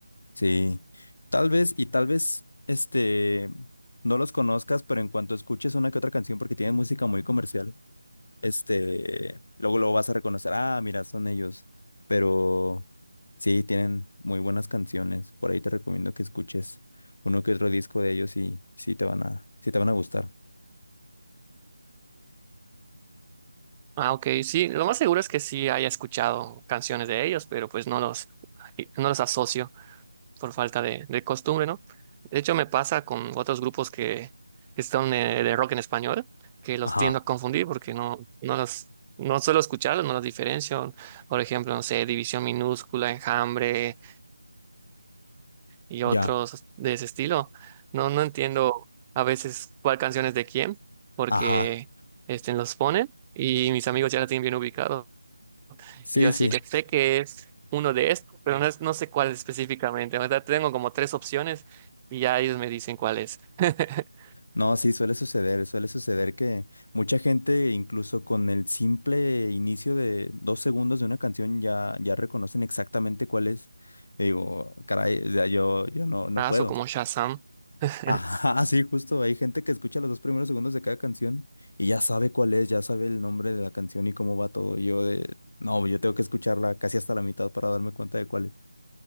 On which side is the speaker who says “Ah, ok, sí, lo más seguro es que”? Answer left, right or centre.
Right